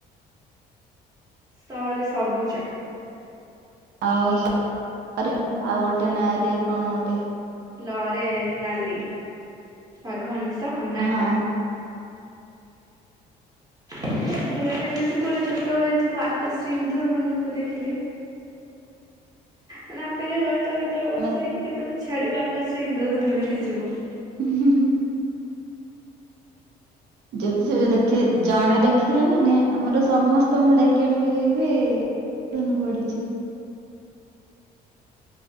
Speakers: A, on the right; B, on the right.
A: ସ ରେ ସବୁଜ
B: ଆଉ <unintelligible> ରେ ଆଉ ଗୋଟେ ନାଁ ରେ କଣ ଗୋଟେ
A: ଲରେ ନାଲି ବାଘନିଶ ହନାନା
B: ହଁ
A: ବହୁତ ଭଲ ଲାଗନା ଯେତେବେଳେ ଛୋଟବେଳେ ଥିବ ଆକାଶରେ ଇନ୍ଦଧନକୁ ଦେଖିଲେ? ମାନେ ଅପେକ୍ଷା କରିଥାଉ କେତେବେଳେ ବର୍ଷା
B: ଆମେ
A: ହେଇକି କେତେବେଳେ ଛାଡ଼ିବ ଆକାଶରେ ଇନ୍ଦ୍ରଧନ ଦେଖାଯିବ।
B: ହୁଁ ହୁଁ ହୁଁ। ଯେବେ ଯେବେ ଦେଖି ଜଣେ ଦେଖିଲା ମାନେ ଆମର ସମସ୍ତଙ୍କୁ ଡାକି ଆଣିବେ ହେଇବେ ଧନୁ ପଡ଼ିଛି।